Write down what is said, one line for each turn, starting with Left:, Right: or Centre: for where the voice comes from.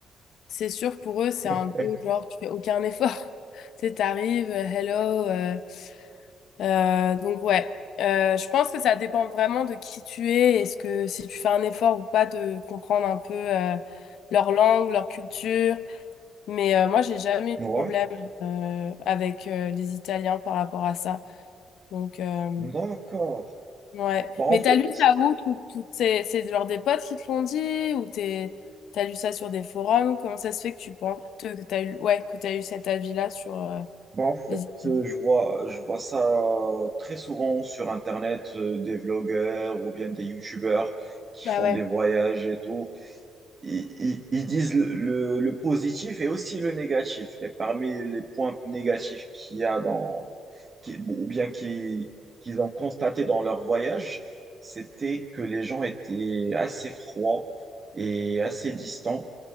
Left: c'est sûr pour eux, c'est un
Right: Eh,
Left: peu genre, tu fais aucun effort. <laughs> Tu sais, t'arrives, euh, hello. euh, euh, donc, ouais. Euh, je pense que ça dépend vraiment de qui tu es. Est-ce que si tu fais un effort ou pas de comprendre un peu euh, leur langue, leur culture. Mais euh, moi, j'ai jamais eu de
Right: Ouais,
Left: problème euh, avec euh, les Italiens par rapport à ça. Donc, euh,
Right: d'accord.
Left: Ouais.
Right: Bah, en
Left: Mais
Right: fait,
Left: t'as lu ça où? Tout, toutes ces, c'est genre des potes qui te l'ont dit? Ou t'es, t'as lu ça sur des forums? Comment ça se fait que tu penses te- que t'as eu, ouais, que t'as eu cet avis-là sur euh,
Right: bah, en fait
Left: les études?
Right: euh, je vois, je vois ça très souvent sur Internet, euh, des vlogueurs ou bien des YouTubeurs qui font
Left: Ah ouais.
Right: des voyages et tout. Ils, ils- ils disent le, le- le positif et aussi le négatif. Et parmi les points négatifs qu'il y a qui- bon, ou bien qui- qu'ils ont constaté dans leur voyage, c'était que les gens étaient assez froids et assez distants